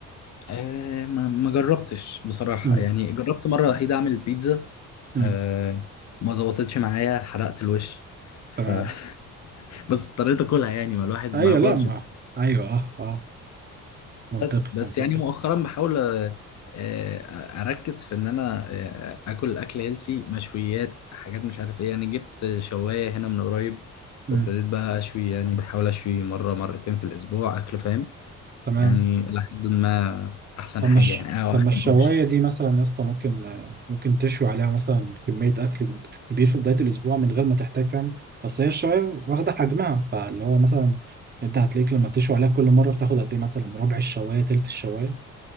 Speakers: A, on the left; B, on the right.
A: آه ما ما جربتش بصراحة
B: امم
A: يعني جربت مرة وحيدة اعمل بيتزا
B: امم
A: آه ما ظبطتش معايا حرقت الوش ف
B: تمام
A: <laughs> بس اضطريت اكلها يعني ما الواحد
B: ايوه
A: معاه بادجت
B: لا ما ايوه اه اه منطقي
A: بس بس
B: منطقي
A: يعني مؤخرا بحاول آه، آه، اركز في ان انا آه، اكل اكل هيلسي مشويات حاجات مش عارف ايه يعني جبت شوايه هنا من قريب
B: امم
A: وابتديت بقى اشوي يعني بحاول اشوي مره مرتين في الاسبوع اكل فاهم
B: تمام
A: يعني لحد ما احسن
B: طب
A: حاجه
B: مش
A: يعني او
B: طب
A: احسن
B: ما الشوايه
A: اوبشن
B: دي مثلا يا اسطى ممكن ممكن تشوي عليها مثلا كميه اكل كبير في بدايه الاسبوع من غير ما تحتاج فاهم اصل هي الشوايه واخده حجمها فاللي هو مثلا انت هتلاقيك لما بتشوي عليها كل مره بتاخد قد ايه مثلا ربع الشوايه تلت الشوايه